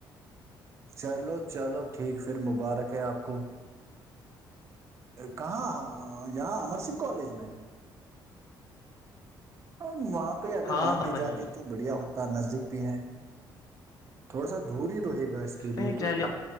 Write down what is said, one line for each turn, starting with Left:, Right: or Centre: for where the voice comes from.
Right: چلو چلو ٹھیک پھر مبارک کیا آپ کو <inaudible> کہاں یہاں امر سنگھ کالج میں اور وپ <unintelligible> پہ اگر
Left: ہاں
Right: گاندے
Left: ہاں وہی
Right: جاتے تو بڑھیا ہوتا نزدیک بھی ہیں تھوڑا سا دوری رہے گا اس کے لیے
Left: نہیں
Right: تو
Left: چلے